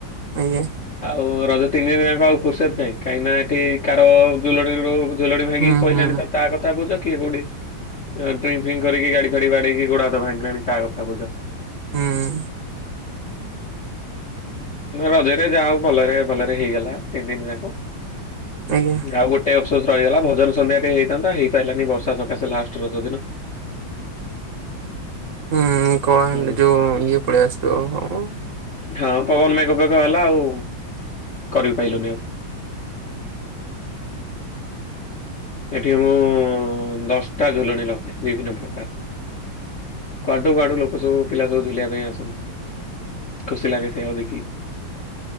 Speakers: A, on the right; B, on the left.
A: ଆଜ୍ଞା।
B: ଆଉ ରଜ ତିନି ଦିନଯାଙ୍କ ଆଉ ଫୁର୍ସଦ କାହିଁ କାହିଁକିନା ଏଠି କାର ଜୁଲଣିରୁ ଝୁଲଣି ଭାଙ୍ଗିକି
A: ହୁଁ
B: ପଇଲାଣି
A: ହୁଁ
B: ତ ତା କ ତା ବୁଝ କିଏ କୋଉଠି ଡ୍ରିଙ୍କ ଫିଙ୍କ କରିକି ଗାଡି ଫାଡି ବାଡେଇକି ଗୋଡ ହାତ ଭାଙ୍ଗିଲାଣି ତା କଥା ବୁଝ।
A: ହୁଁ।
B: ରଜରେ ଯାହାହୋଉ ଭଲରେ ଭଲରେ ହେଇଗଲା ତିନି ଦିନ ଯାକ।
A: ଆଜ୍ଞା।
B: ଆଉ ଗୋଟେ ଟେ ଅଫସୋସ ରହିଗଲା ଭଜନ ସନ୍ଧ୍ୟା ଟେ ହେଇଯାଇଥାନ୍ତା ହେଇପାରିଲାନି ବର୍ଷା ସକାଶେ ଲାଷ୍ଟ ରଜ ଦିନ।
A: ହୁଁ କଳାହାଣ୍ଡି
B: ହୁଁ।
A: ଯୋଉ ଇଏ ପଳେଇ ଆସିଥିବ ହ।
B: ହଁ ପବନ ମେଘ ଫେଗ ଘ ହେଲା ଆଉ କରିବି ପାଇଲୁନି ଆଉ। ଏଠି ମୁଁ ଦଶଟା ଝୁଲଣି ଲଗାଏ ବିଭିନ୍ନ ପ୍ରକାର। କୁଆଡୁ କୁଆଡୁ ଲୋକ ସବୁ ପିଲା ସବୁ ଝୁଲିବା ପାଇଁ ଆସନ୍ତି ଖୁସି ଲାଗେ ସେଇଆକୁ ଦେଖିକି।